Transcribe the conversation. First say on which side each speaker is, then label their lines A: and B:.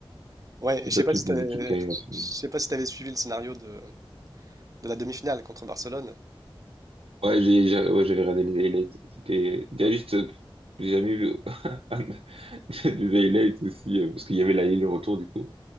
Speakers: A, on the right (about 40°); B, on the right (about 80°).
A: Ouais, et
B: c'est
A: je sais
B: pas
A: pas
B: toutes
A: si tu
B: les
A: <laughs> je
B: équipes qui arrivent en finale.
A: sais pas si t'avais suivi le scénario de, de la demi-finale contre Barcelone.
B: Ouais, j'ai, j'ai- ouais, j'avais regardé les highlights. C'était, il y a juste, euh, j'ai jamais vu <laughs> un- des highlights aussi, euh, parce qu'il y avait la le retour du coup,